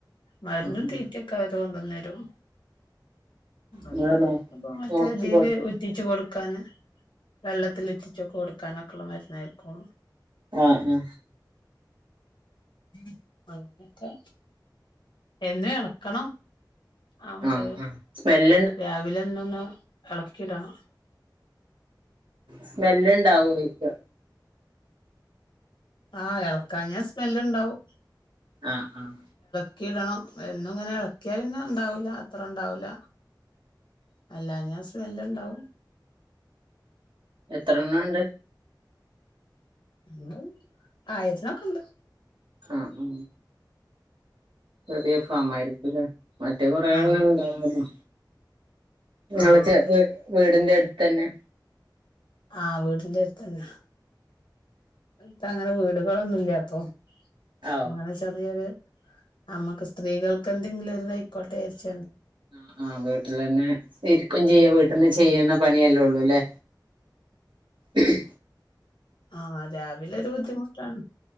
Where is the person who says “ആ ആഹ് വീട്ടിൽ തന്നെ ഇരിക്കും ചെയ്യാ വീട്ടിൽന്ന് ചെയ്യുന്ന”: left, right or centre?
Right